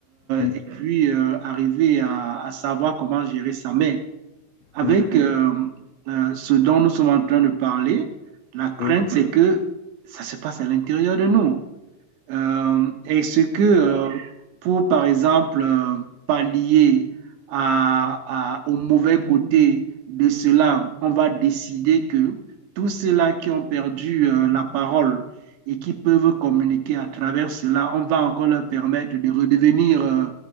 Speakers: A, on the left; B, on the right.
A: Mm,
B: et puis euh, arriver à, à savoir comment gérer ça. Mais avec
A: mm,
B: euh, euh, ce dont nous sommes en train de parler, la crainte,
A: oui.
B: c'est que ça se passe à l'intérieur de nous. Euh, est-ce que euh, pour, par exemple, euh, pallier à, à- au mauvais côté de cela, on va décider que tous ceux-là qui ont perdu euh, la parole et qui peuvent communiquer à travers cela, on va encore leur permettre de redevenir euh,